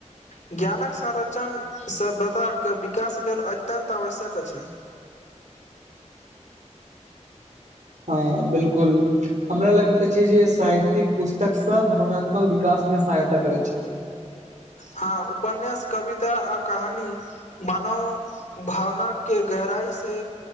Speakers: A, on the left; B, on the right.
A: ज्ञानक संरचण सभ्यताक विकास लेल अत्यन्त आवश्यक अछि
B: हँ बिलकुल हमरा लगे त छै जे साहित्यिक पुस्तक सब भावनात्मक विकास मे सहायता करै छै
A: हँ उपन्यास कविता आ कहानी मानव भावना के गहराई से